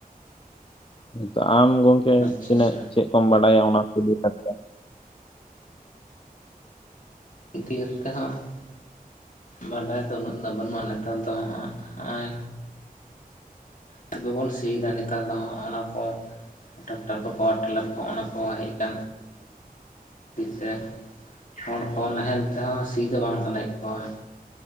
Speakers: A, on the left (about 35°); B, on the left (about 55°).
A: ᱛᱚ ᱟᱢ ᱜᱚᱝᱠᱮ
B: ᱟᱪᱪᱷᱟ
A: ᱛᱤᱱᱟᱹᱜ
B: ᱟᱪᱪᱷᱟ
A: ᱪᱮᱫ ᱠᱚᱢ ᱵᱟᱰᱟᱭᱟ ᱚᱱᱟ ᱠᱩ‌ ᱤᱫᱤ ᱠᱟᱛᱮᱜ
B: <unintelligible> ᱵᱟᱰᱟᱭ ᱫᱚ ᱩᱱᱟᱹᱜ ᱫᱚ ᱵᱟᱹᱱᱩᱜᱼᱟ ᱱᱮᱛᱟᱨ ᱫᱚ ᱦᱟᱸᱜ ᱦᱟᱜᱼᱚᱭ ᱛᱚᱵᱮ ᱵᱚᱱ ᱥᱤᱭᱮᱫᱟ ᱱᱮᱛᱟᱨ ᱫᱚ ᱚᱱᱟ ᱠᱚ ᱴᱟᱠᱴᱟᱨ ᱠᱚ ᱯᱟᱣᱟᱨ ᱴᱮᱞᱟᱨ ᱠᱚ ᱚᱱᱟ ᱠᱚ ᱦᱮᱡ ᱟᱠᱟᱱ ᱾ <unintelligible> ᱛᱮ ᱦᱚᱲ ᱠᱚ ᱱᱟᱦᱮᱞ ᱛᱮᱦᱚᱸ ᱥᱤ ᱫᱚ ᱵᱟᱝ ᱥᱟᱱᱟᱭᱮᱫ ᱠᱚᱣᱟ ᱾